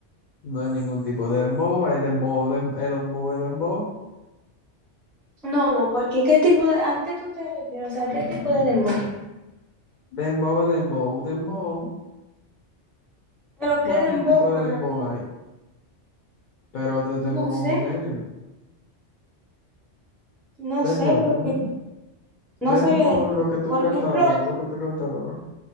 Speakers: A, on the left; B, in the centre.
A: no hay ningún tipo de dembow, hay dembow, dem- eh, dembow, eh, dembow,
B: No, no, porque ¿qué tipo de, a qué tú te refieres? O sea, ¿qué tipo de dembow?
A: dembow, eh, dembow, dembow.
B: Pero
A: ¿Cuál
B: ¿qué dembow
A: es el tipo de
B: para
A: dembow
B: ti?
A: hay? Pero de dembow
B: No sé,
A: un género.
B: no
A: Dembow,
B: sé, porque
A: ujú.
B: No
A: Dembow,
B: sabía decir
A: lo que tú
B: Por
A: cantabas,
B: ejemplo,
A: lo que tú cantabas.